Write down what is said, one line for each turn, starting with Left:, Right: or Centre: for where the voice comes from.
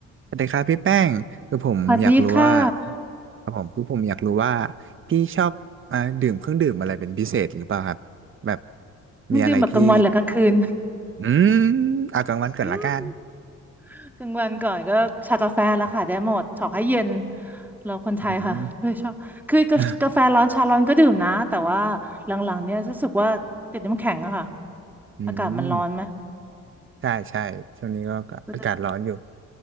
Right: สวัสดีครับพี่แป้งคือผมอยากรู้ว่า
Centre: สวัสดีค่ะ
Right: ครับผมคือผมอยากรู้ว่าพี่ชอบอ่าดื่มเครื่องดื่มอะไรเป็นพิเศษหรือเปล่าครับแบบ
Centre: เพิ่งดื่มแบบกลางวันหรือกลางคืน
Right: มีอะไรที่อืมเอากลางวันก่อนละกัน
Centre: อืม <laughs> กลางวันก่อนก็ชากาแฟแล้วค่ะ ได้หมดชอบให้เย็น เราคนไทยค่ะ
Right: อืม
Centre: เฮ้ยชอบ คือกากาแฟร้อนชาร้อนก็ดื่มนะ
Right: <laughs>
Centre: แต่ว่าหลังๆเนี่ยรู้สึกว่าติดน้ำแข็งอะค่ะ
Right: อืม
Centre: อากาศมันร้อนไหม
Right: ใช่ใช่ช่วงนี้ก็อากาศร้อนอยู่
Centre: ก็จะ